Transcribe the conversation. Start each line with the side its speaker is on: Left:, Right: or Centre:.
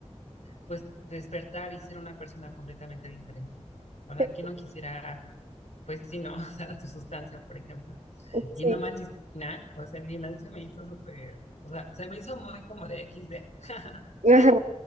Left: pues despertar y ser una persona completamente diferente. O sea,
Right: Sí,
Left: ¿quién no quisiera, pues sí, no, <laughs> o sea, su sustancia, por ejemplo? Y
Right: sí.
Left: no manches, el final, o sea, el final se me hizo súper, o sea, se me hizo muy como de XD, <laughs>
Right: Ajá.